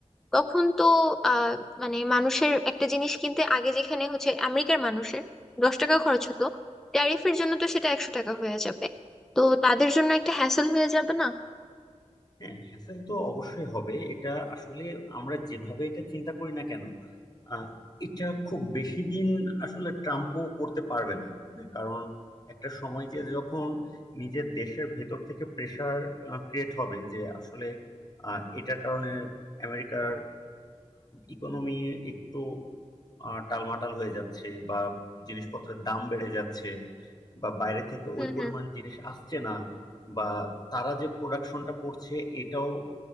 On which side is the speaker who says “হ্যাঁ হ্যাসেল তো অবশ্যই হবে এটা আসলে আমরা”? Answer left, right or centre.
Left